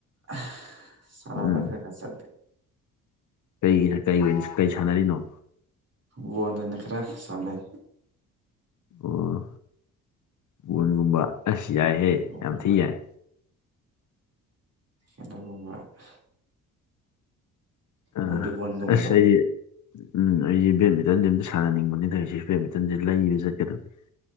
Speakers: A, on the right (about 45°); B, on the left (about 55°).
A: ꯑꯍ ꯁꯥꯟꯅꯕ
B: ꯎꯝ
A: ꯈꯔ ꯈꯔ ꯆꯠꯂꯤ
B: ꯀꯩꯒꯤ ꯀꯩ ꯑꯣꯏꯅ ꯀꯩ ꯁꯥꯟꯅꯔꯤꯅꯣ
A: ꯕꯣꯟ ꯑꯣꯏꯅ ꯈꯔ ꯁꯥꯟꯅꯩ
B: ꯑꯣ ꯕꯣꯟꯒꯨꯝꯕ ꯑꯁ ꯌꯥꯏꯍꯦ
A: ꯒꯨꯝꯕ
B: ꯌꯥꯝ ꯊꯤ ꯌꯥꯏ
A: ꯑꯗꯨꯒꯨꯝꯕ ꯑꯁ
B: ꯑ
A: ꯕꯣꯂꯤꯕꯣꯜꯒꯨꯝꯕ
B: ꯑꯁ ꯑꯩꯗꯤ ꯎꯝ ꯑꯩꯖꯦ ꯕꯦꯠꯃꯤꯟꯇꯟꯗꯤ ꯑꯝꯇ ꯁꯥꯟꯅꯅꯤꯡꯕꯅꯤ ꯇꯧꯏꯖꯦ ꯕꯦꯠꯃꯤꯟꯇꯟꯖꯦ ꯂꯩꯕ ꯆꯠꯀꯗꯕꯅꯤ